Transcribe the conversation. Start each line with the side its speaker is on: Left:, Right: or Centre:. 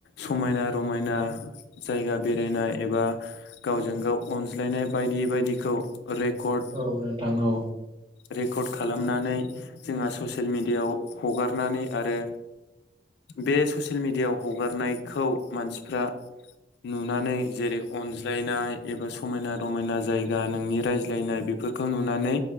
Left: समायना रमायना जायगा बेरायनाय एबा गावजों गाव अनज्लायनाय बायदि बायदिखौ रेकर्ड
Right: औ नोंथां औ
Left: रेकर्ड खालामनानै जोंहा ससेल मिडिआव हगारनानै आरो बे ससेल मिडिआव हगारनायखौ मानसिफ्रा नुनानै जेरै अनज्लायनाय एबा समायना रमायना जायगा नोंनि रायज्लायनाय बेफोरखौ नुनानै